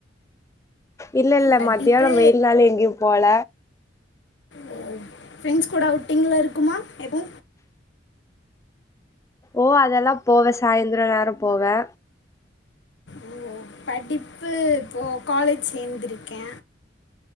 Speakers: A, on the left (about 15°); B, on the left (about 70°).
A: இல்ல இல்ல
B: படிப்பு
A: மத்தியான வெய்யினால எங்கயு போல
B: ஓ ஃப்ரெண்ட்ஸ் கூட அவுட்டிங்ள இருக்குமா எது
A: ஓ அதெல்லா போவே சாயந்தர நேர போவே
B: ம் படிப்பு இப்போ காலேஜ் சேந்திருக்கே